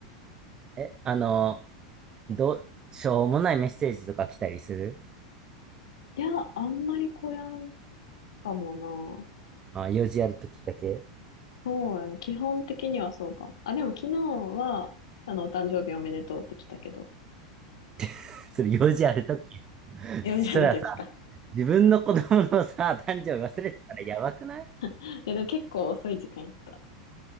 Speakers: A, on the right; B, on the left.
A: え、あの、どう、しょうもないメッセージとか来たりする
B: いや、あんまりこやんかもな。
A: あ、用事あるときだけ
B: そうやな。基本的にはそうかも。あ、でも昨日は、あの、お誕生日おめでとうって来たけど、
A: <laughs> それ用事あるとき
B: 4時ある時か。
A: それはさ、自分の子供のさ、誕生日忘れてたらやばくない
B: <laughs> いや、でも結構遅い時間やった。